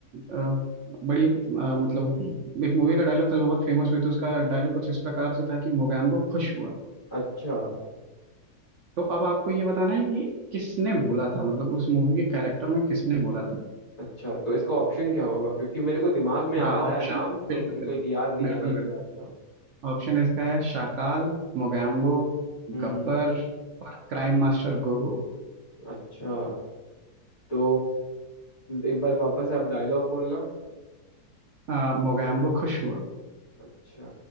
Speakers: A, on the right; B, on the left.
A: अ, बड़ी अ, मतलब एक मूवी का डायलॉग था जो बहुत फेमस हुई थी उसका डायलॉग कुछ इस प्रकार से था कि मोगैम्बो खुश हुआ
B: अच्छा
A: तो अब आपको ये बताना है कि ये किसने बोला था मतलब उस मूवी के कैरेक्टर में किसने बोला था
B: अच्छा तो इसका ऑप्शन क्या होगा क्योंकि मेरे को दिमाग में आ
A: हाँ
B: रहा
A: ऑप्शन
B: है नाम तो
A: बिल्कुल
B: मेरे
A: बिल्कुल
B: को एक याद नहीं
A: बिल्कुल
B: आ रहा है
A: बिल्कुल
B: एग्जैक्ट नाम
A: ऑप्शन इसका है शाकाल मोगैम्बो
B: हम्म
A: गब्बर
B: हम्म
A: और क्राइम मास्टर गोगो
B: अच्छा तो एक बार वापस आप डायलॉग बोलना
A: अ, मोगैम्बो खुश हुआ
B: अच्छा